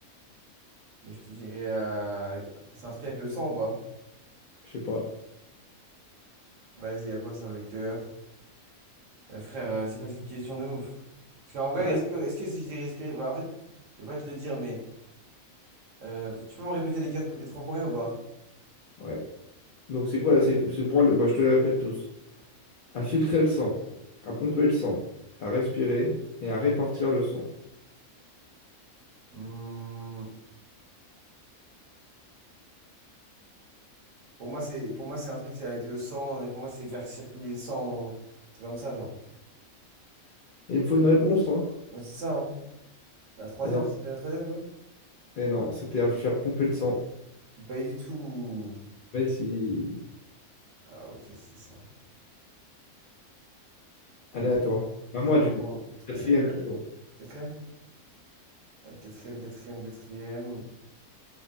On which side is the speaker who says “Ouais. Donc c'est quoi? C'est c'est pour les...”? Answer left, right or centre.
Left